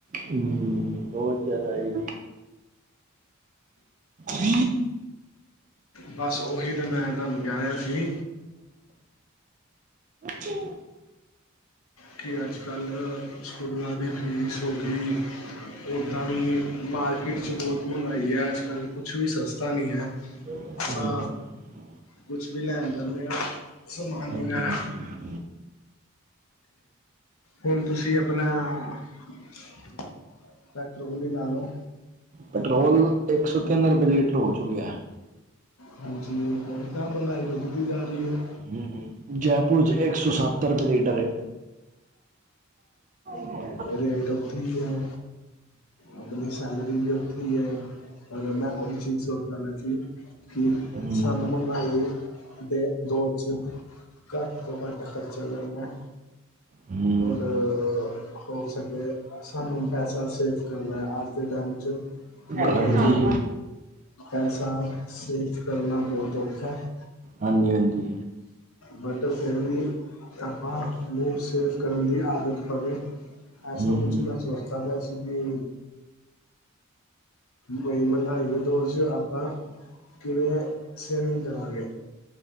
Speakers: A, on the right; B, on the left.
A: ਹਮ ਬਹੁਤ ਜਿਆਦਾ ਹੈ। ਹ।
B: ਬਸ ਉਓਹੀ ਤਾਂ ਮੈਂ ਤੁਹਾਨੂੰ ਗਿਆਆ ਸੀ।
A: ਜੀ
B: ਕਿ ਅੱਜ ਕੱਲ੍ਹ ਸਕੂਲਾਂ ਦੀ ਫੀਸ ਹੋ ਗਈ ਉੱਦਾਂ ਵੀ ਮਾਰਕੀਟ ' ਬਹੁਤ ਮਹਿੰਗਾਈ ਹੈ ਅਜ ਕੱਲ ਕੁਛ ਵੀ ਸਸਤਾ ਨਹੀਂ ਹੈ
A: ਹਮ‌।
B: ਆਪਾਂ ਕੁਛ ਵੀ ਲੈਣ ਜਾਂਦੇ ਆ ਸਮਾਨ
A: ਹਾਂਜੀ
B: ਵਗੈਰਾ
A: ਹਾਂਜੀ
B: ਹੁਣ ਤੁਸੀਂ ਆਪਣਾ <inaudible> ਡਾਕਟਰ ਓਲੀ ਨਾਲ ਨਾਲੋਂ
A: ਪੈਟਰੋਲ ਇੱਕ ਸੌ ਤਿੰਨ ਰੁਪਏ ਲੀਟਰ ਹੋ ਚੁੱਕਿਆ ਹੈ
B: ਹਾਂਜੀ ਹੁਣ ਤਾਂ ਮਹਿੰਗਾਈ ਵਧਦੀ ਜਾ ਰਹੀ ਹੈ
A: ਹਮ ਜੈਪੁਰ ਚ ਇੱਕ ਸੌ ਸੱਤਰ ਰੁਪਏ ਲੀਟਰ ਹੈ ਹਮ,
B: ਰੇਟ ਉੱਥੇ ਹੈ ਆਪਣੀ ਸੈਲਰੀ ਵੀ ਉੱਥੇ ਹੈ ਮੈਂ ਉਚੀਨ ਸੋਚਦਾ ਮੈ ਸੀ ਕਿ
A: ਹਮ, ਹਮ,
B: ਸਾਨੂੰ ਮੰਹਿੰਗਾਈ ਤੇ ਦੋ ਚ ਘੱਟ ਤੋਂ ਘੱਟ ਖਰਚਾ ਕਰਨਾ
A: ਹਮ।
B: ਔਰ ਹੋ ਸਕੇ ਸਾਨੂੰ ਪੈਸਾ ਸੇਵ ਕਰਨਾ ਅੱਜ ਦੇ ਟਾਈਮ 'ਚ ਮਹਿੰਗਾਈ
A: ਹਾਂਜੀ
B: 'ਚ ਪੈਸਾ ਸੇਵ ਕਰਨਾ ਬਹੁਤ ਔਖਾ ਹੈ,
A: ਹਾਂਜੀ ਹਾਂਜੀ
B: ਬਟ ਫੇਰ ਵੀ ਆਪਾਂ ਨੂੰ ਸੇਫ ਕਰਨ ਦੀ ਆਦਤ ਪਵੇ
A: ਹਮ,
B: ਸਾ ਕੁਛ ਵੀ ਅ ਚਸਤਾ ਵੀ ਅ ਸੀ ਵੀ ਬਹੀ ਮਹਿੰਗਾਈ ਦੇ ਦੋ ਆਪਾਂ ਕਿਵੇਂ ਸੇਵਿੰਗ ਕਰਾਂਗੇ?